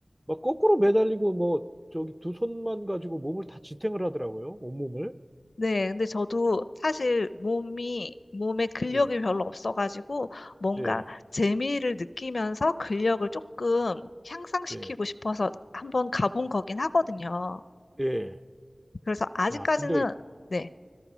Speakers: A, on the right; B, on the left.
A: 막 거꾸로 매달리고 뭐 저기 두 손만 가지고 몸을 다 지탱을 하더라고요. 온몸을.
B: 네. 근데 저도 사실 몸이 몸에 근력이
A: 예,
B: 별로 없어가지고 뭔가
A: 네.
B: 재미를 느끼면서 근력을 조금 향상시키고
A: 네.
B: 싶어서 한번 가본 거긴 하거든요.
A: 예.
B: 그래서 아직까지는
A: 야, 근데,
B: 네.